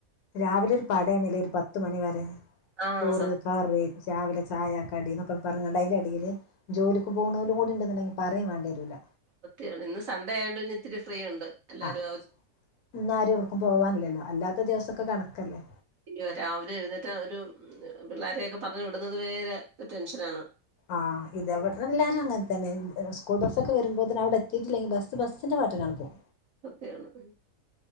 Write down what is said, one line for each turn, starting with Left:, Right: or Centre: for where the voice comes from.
Left: രാവിലെ ഒരു പടയണില്ലേ ഒരു പത്ത് മണിവരെ
Right: ആഹ്
Left: ചോറ്
Right: സ
Left: കറി ചാവിലെ ചായ കടി എന്നന്നൊക്കെ പറഞ്ഞണ്ട അതിന്റെ അടിയില് ജോലിക്ക് പോകണ പോലും കൂടി ഉണ്ടുണ്ടെങ്കിൽ പറയും വേണ്ടേ വരൂല്ല
Right: ഒത്തിയാണ് ഇന്ന് സൺണ്ടേ ആയണ്ട് ഇന്ന ഇത്തിരി ഫ്രീ ഉണ്ട് എല്ലാരും
Left: ആഹ ഇന്നാരും എവിടക്കും പോവാനില്ലല്ലോ അല്ലാത്ത ദിവസൊക്കെ കണക്കല്ലേ
Right: അയ്യോ രാവിലെ എഴുന്നിട്ട് ഒരു പിള്ളോരെയൊക്കെ പറഞ്ഞ് വിടുന്നത് വേരെ ടെൻഷന ആാണ്
Left: ആഹ് ഇത അവടെ എല്ലാരും അങ്ങനെ തന്നെ സ്കൂൾ ബക്കെ വരുോന്ന അവിടെ എത്തിട്ടില്ലെങ്കിൽ ബസ്സിന്റൊട്ടിലാണ് പോും
Right: സത്യാണ്ക്ക